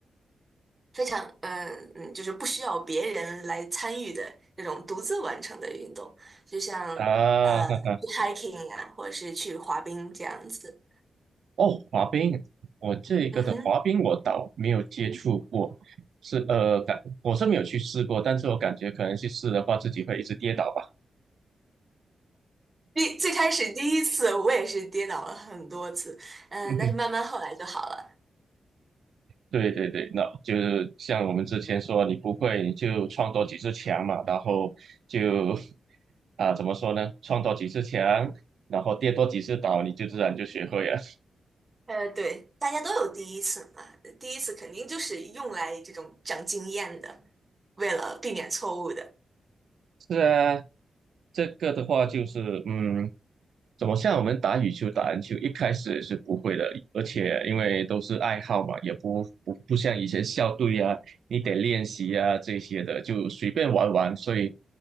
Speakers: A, on the right; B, on the right.
A: 非常，嗯嗯，就是不需要别人来参与的这种独自完成的运动，就像呃去
B: <laughs> 啊。
A: hiking 呀、或者是去滑冰这样子。
B: 哦，滑冰，我这个的滑冰我倒没有接触过，
A: 嗯哼，
B: 是呃感我是没有去试过，但是我感觉可能去试的话，自己会一直跌倒吧。
A: 第最开始第一次我也是跌倒了很多次，嗯，
B: <laughs>
A: 但是慢慢后来就好了。
B: 对对对，那就是像我们之前说，你不会你就创多几次墙嘛，然后就 <laughs> 啊、怎么说呢，创多几次墙，然后跌多几次倒，你就自然就学会了。
A: 呃，对，大家都有第一次嘛，呃第一次肯定就是用来这种长经验的，为了避免错误的。
B: 是啊，这个的话就是，嗯，怎么像我们打羽球、打篮球，一开始也是不会的，而且因为都是爱好嘛，也不不不像以前校队啊，你得练习啊这些的，就随便玩玩。所以，